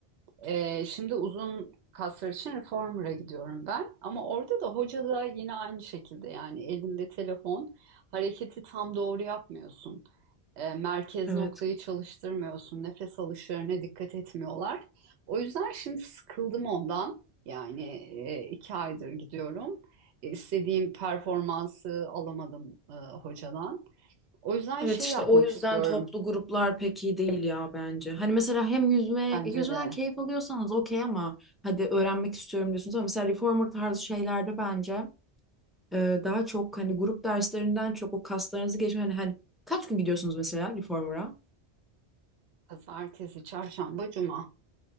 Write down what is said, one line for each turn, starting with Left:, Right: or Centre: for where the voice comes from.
Right: E, şimdi uzun kaslar için reformer'a gidiyorum ben. Ama orada da hoca da yine aynı şekilde yani elinde telefon hareketi tam doğru yapmıyorsun e, merkez
Centre: Evet
Right: noktayı çalıştırmıyorsun. Nefes alışlarına dikkat etmiyorlar. O yüzden şimdi sıkıldım ondan. Yani e, iki aydır gidiyorum. E, istediğim performansı alamadım e, hocadan. O yüzden
Centre: Evet
Right: şey
Centre: işte
Right: yapmak
Centre: o yüzden
Right: istiyorum.
Centre: toplu gruplar pek iyi değil ya bence. Hani mesela hem yüzme,
Right: Bence
Centre: e, yüzmeden
Right: de
Centre: keyif alıyorsanız okey ama hadi öğrenmek istiyorum diyorsunuz ama mesela reformer tarzı şeylerde bence e, daha çok hani grup derslerinden çok o kaslarınızı geçme hani, hani kaç gün gidiyorsunuz mesela reformer'a?
Right: pazartesi, çarşamba, cuma.